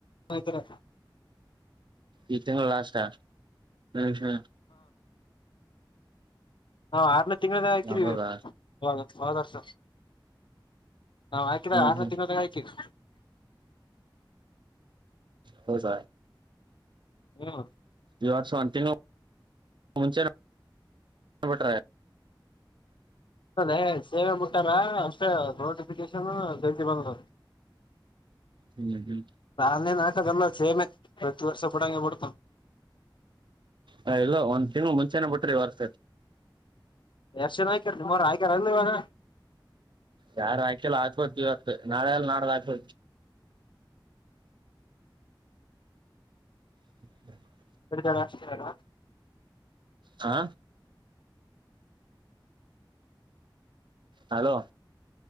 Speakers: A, on the left; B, on the right.
A: <unintelligible>
B: ಈ ತಿಂಗಳು ಲಾಸ್ಟಾ ಹ್ಮ ಹ್ಮ
A: ಹಾ ಆರ್ನೇ ತಿಂಗಳ ಹಾಕಿದಿವಿ
B: ಯಾವ್ದದ
A: ಹೋದ್ ವರ್ಷ ನಾ ಆಯ್ಕಿದಾಗ
B: ಹ್ಮ್
A: ಆರನೇ
B: ಹ್ಮ್
A: ತಿಂಗಳಾದಗ ಹಾಕಿನ್
B: ಹೌದ
A: ಹ್ಮ್
B: ಈ ವರ್ಷ ಒಂತಿಂಗ್ಳು ಮುಂಚೆನೆ <inaudible>
A: ಅದ ಸೇವೆ ಮುಟ್ಟಾರ ಅಷ್ಟೇ ನೋಟಿಫಿಕೇಶನ್ <unintelligible> ಬಂದ್ರು
B: ಹ್ಮ್ ಹ್ಮ್
A: ನಾ ನಿನ್ ಆಟ ಸೇಮೆ ಪ್ರತಿ ವರ್ಷ <unintelligible>
B: ಹೇ ಇಲ್ಲ ಒಂದು ತಿಂಗಳು ಮುಂಚೆನೆ ಬಿಟ್ರು ಈ ವರ್ಷ
A: ಎಷ್ಟ ಜನ ಆಕಿರ್ ನಿಮಾರ ಆಕ್ಯರಲ್ ಇವಾಗ
B: ಯಾರು ಹಾಕಿಲ್ಲ ಹಾಕ್ಬೋತಿ ಇವತ್ತು ನಾಳೆಲ್ಲ ನಾಡ್ದ ಹಾಕ್ಬೋ <inaudible>
A: ಬಿಡಿದಡ ಅಷ್ಟೇ ಅಲ್ಲ
B: ಹಾ ಹಲೋ